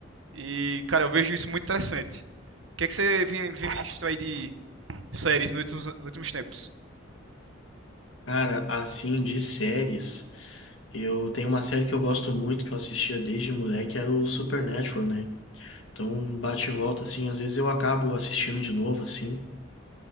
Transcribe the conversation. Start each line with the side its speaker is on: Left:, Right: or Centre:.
Right: e, cara, eu vejo isso muito interessante. O que é que você vem, vem visto aí de séries nos últimos, nos últimos tempos?
Left: Cara, assim, de séries, eu tenho uma série que eu gosto muito, que eu assistia desde moleque, era o Supernatural, né? Então, bate e volta, assim, às vezes eu acabo assistindo de novo, assim.